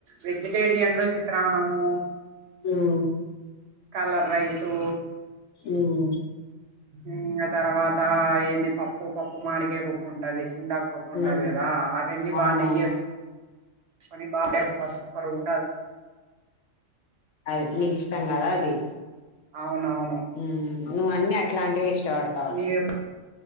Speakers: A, on the right (about 65°); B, on the left (about 75°).
A: వెజిటేరియన్ లో చిత్రాన్నము
B: ఉమ్
A: కలర్ రైసు
B: ఉమ్
A: ఊ తర్వాత ఏంది పప్పు పప్పు మామిడికాయ పప్పు ఉంటాది చింతాకుపప్పు ఉంటాది
B: ఉమ్
A: కదా అవన్నీ
B: అవునవును
A: బాగా నెయ్యిసుకుని బాగా సూపర్ ఉంటుంది
B: అ నీకు ఇష్టం కదా అది
A: అవునవును
B: ఉమ్ నువ్వు అన్ని అట్లాంటివి ఇ చి ఎవడికి కావాలి
A: నీవు